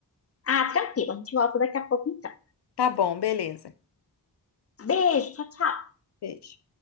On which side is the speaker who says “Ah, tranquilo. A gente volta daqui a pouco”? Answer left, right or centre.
Left